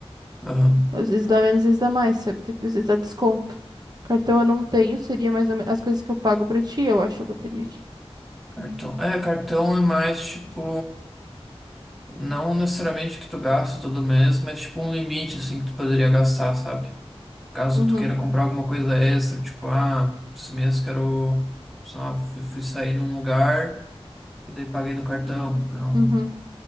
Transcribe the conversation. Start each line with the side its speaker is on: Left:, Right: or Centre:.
Centre: Aham,
Right: Às vezes dá menos, às vezes dá mais, sabe? Tipo, às vezes dá desconto. Cartão eu não tenho, seria mais ou menos as coisas que eu pago pra ti, eu acho, eu botaria aqui.
Centre: cartão. É, cartão é mais tipo, não necessariamente que tu gasta todo mês, mas tipo um limite assim que tu poderia gastar, sabe? Caso
Right: Uhum,
Centre: tu queira comprar alguma coisa extra, tipo, ah, esse mês quero, sei lá, fui, fui sair num lugar e daí paguei no cartão, para não,
Right: uhum.